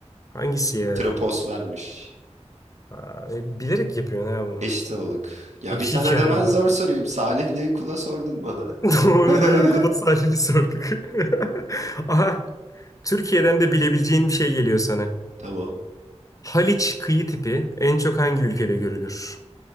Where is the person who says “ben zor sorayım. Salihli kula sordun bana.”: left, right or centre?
Right